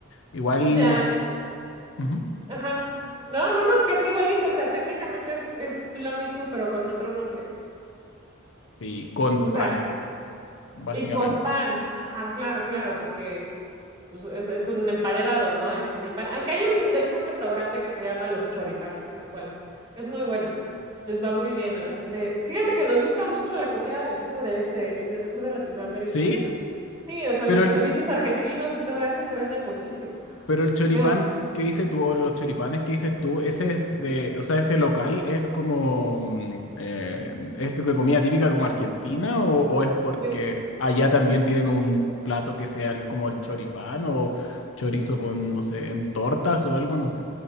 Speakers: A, on the left; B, on the right.
A: Igual
B: ya,
A: nos... Ujú.
B: ajá. No, no, no, que es igualito, o sea, técnicamente es, es lo mismo, pero con otro nombre.
A: Sí, con
B: O
A: pan,
B: sea,
A: básicamente.
B: Y con pan, ajá, claro, claro, porque pues, es, es un emparedado, ¿no? El choripán. Acá hay un, de hecho, un restaurante que se llama Los Choripanes, tal cual. Es muy bueno. Les va muy bien a la gente. Fíjate que nos gusta mucho la comida del sur, ¿eh? De- del sur de Latinoamérica.
A: Sí,
B: Sí, o sea,
A: pero
B: los
A: el,
B: chorizos argentinos y todo eso se venden muchísimo.
A: pero el choripán
B: Digo,
A: que dices tú, o los choripanes que dices tú, ese es de, o sea, ese local es como, mm, eh, es de comida típica como argentina, o, o es porque
B: eh,
A: allá también tienen un plato que sea el- como el choripán o chorizo con, no sé, en tortas o algo, no sé.